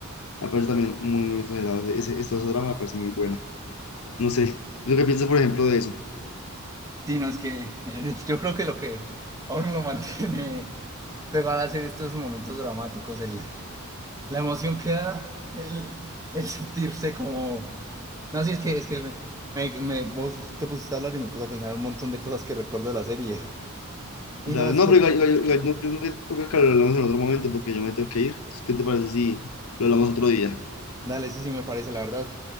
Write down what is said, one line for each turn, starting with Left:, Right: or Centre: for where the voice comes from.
Left: Me parece también muy, muy exagerado. Ese, ese- esa trama me parece muy buena. No sé, ¿tú qué piensas, por ejemplo, de eso?
Right: Sí, no, es que <laughs> eh, yo creo que lo que aún lo mantiene pegado a hacer estos momentos dramáticos, el, la emoción que da, el, el sentirse como... No, sí, es que, es que me, me- me- vos te pusiste a hablar y me puse a pensar un montón de cosas que recuerdo de la serie. Y
Left: Dale,
Right: no, es
Left: no,
Right: que,
Left: pero igual- igual- igual, no, yo creo que toca que lo hablamos en otro momento porque yo me tengo que ir. Entonces, ¿qué te parece si lo hablamos otro día?
Right: dale, sí, sí, me parece, la verdad.